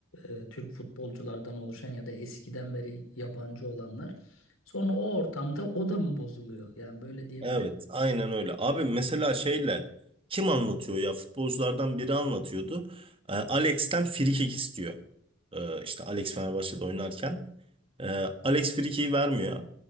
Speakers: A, on the left; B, on the right.
A: Ee, Türk futbolculardan oluşan ya da eskiden beri yabancı olanlar. Sonra o ortamda o da mı bozuluyor? Yani böyle diyebilir
B: Evet, aynen öyle. Abi mesela şeyle kim anlatıyor ya? Futbolculardan biri anlatıyordu. Ee, Alex'ten frikik istiyor. Ee, işte Alex Fenerbahçe'de oynarken. Ee, Alex frikiği vermiyor.